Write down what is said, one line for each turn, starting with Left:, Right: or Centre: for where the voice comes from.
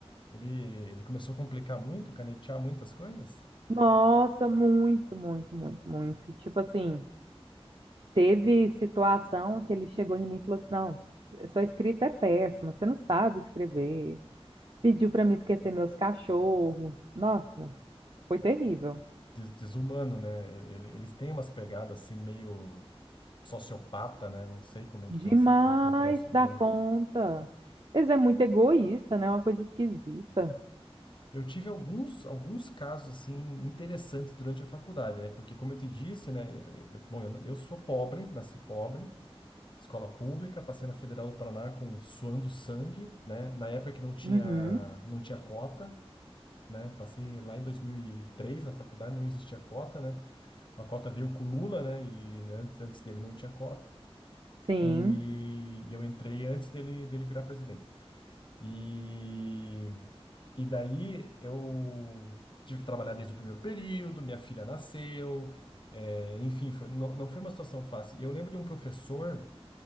Left: ele, ele começou a complicar muito, canetear muitas coisas?
Right: Nossa, muito, muito, muito, muito. Tipo assim, teve situação que ele chegou em mim e falou assim: não, sua escrita é péssima, você não sabe escrever. Pediu para me esquecer meus cachorros. Nossa, Foi terrível.
Left: Des- desumano, né? Ele- eles têm umas pegadas assim meio sociopata, né? Não sei como é que
Right: Demais
Left: classifica um troço desse.
Right: da conta. Eles é muito egoísta, né? É uma coisa esquisita.
Left: Eu tive alguns, alguns casos assim interessantes durante a faculdade, né? Porque como eu te disse, né, eu, eu- bom, eu, eu sou pobre, nasci pobre, escola pública, passei na Federal do Paraná com suando sangue, né? Na época que não tinha
Right: Uhum.
Left: não tinha cota, né? Passei lá em 2003 na faculdade, não existia cota, né? A cota veio com o Lula, né? E né, antes, antes dele não tinha cota.
Right: Sim,
Left: E, e eu entrei antes dele dele virar presidente. E, e daí eu tive que trabalhar desde o primeiro período, minha filha nasceu, é, enfim, foi- não, não foi uma situação fácil. E Eu lembro de um professor